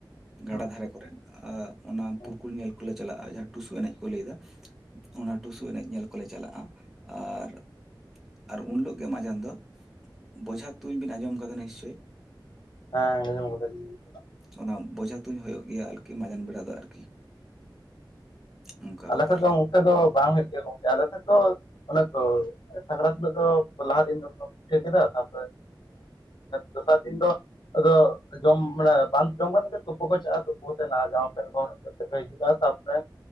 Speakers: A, in the centre; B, on the left (about 65°).
A: ᱜᱟᱰᱟ
B: ᱦᱩᱸ
A: ᱫᱷᱟᱨᱮ ᱠᱚᱨᱮ ᱚᱱᱟ
B: ᱦᱩᱸ
A: ᱯᱩᱨᱠᱩᱞ ᱧᱮᱞ ᱠᱚᱞᱮ ᱪᱟᱞᱟᱜ-ᱟ ᱡᱟᱦᱟᱸ ᱴᱩᱥᱩ ᱮᱱᱮᱡ ᱠᱚ ᱞᱟᱹᱭ ᱮᱫᱟ ᱚᱱᱟ ᱴᱩᱥᱩ ᱮᱱᱮᱡ ᱧᱮᱞ ᱠᱚᱞᱮ ᱪᱟᱞᱟᱜ-ᱟ ᱟᱨ ᱟᱨ ᱩᱱ ᱦᱤᱞᱳᱜ ᱜᱮ ᱢᱟᱡᱟᱱ ᱫᱚ ᱵᱚᱡᱷᱟ ᱛᱩᱧ ᱵᱤᱱ ᱟᱸᱡᱚᱢ ᱠᱟᱫᱟ ᱱᱤᱥᱪᱳᱭ
B: ᱦᱮᱸ ᱟᱸᱡᱟᱢ ᱠᱟᱫᱟᱞᱤᱧ
A: ᱚᱱᱟ ᱵᱚᱡᱷᱟ ᱛᱩᱧ ᱦᱩᱭᱩᱜ ᱜᱮᱭᱟ ᱟᱨᱠᱤ ᱢᱟᱸᱡᱟᱱ ᱵᱮᱲᱟ ᱫᱚ ᱟᱨᱠᱤ, ᱚᱱᱠᱟ
B: ᱟᱞᱮ
A: ᱵᱮᱯᱟᱨ
B: ᱥᱮᱫ ᱫᱚ ᱚᱱᱠᱟ ᱫᱚ ᱵᱟᱝ ᱦᱩᱭᱩᱜ ᱜᱮᱭᱟ ᱜᱚᱝᱠᱮ ᱟᱞᱮ ᱥᱮᱫ ᱫᱚ ᱚᱱᱮ ᱛᱚ ᱥᱟᱠᱨᱟᱛ ᱦᱤᱞᱳᱜ ᱫᱚ ᱞᱟᱦᱟ ᱫᱤᱱ ᱫᱚᱠᱚ ᱯᱤᱴᱷᱟᱹ ᱠᱮᱫᱟ ᱛᱟᱨᱯᱚᱨᱮ ᱫᱚᱥᱟᱨ ᱫᱤᱱ ᱫᱚ ᱟᱫᱚ ᱡᱚᱢ ᱢᱟᱱᱮ ᱵᱟᱝ ᱡᱚᱢ ᱠᱟᱛᱮ ᱛᱩᱯᱩ ᱠᱚ ᱪᱟᱞᱟᱜ-ᱟ ᱛᱩᱯᱩ ᱠᱟᱛᱮ ᱱᱟᱶᱟ ᱡᱟᱢᱟ ᱯᱮᱱᱴ ᱦᱚᱨᱚᱜ ᱠᱟᱛᱮ ᱠᱚ ᱦᱤᱡᱩᱜ-ᱟ ᱛᱟᱨᱯᱚᱨᱮ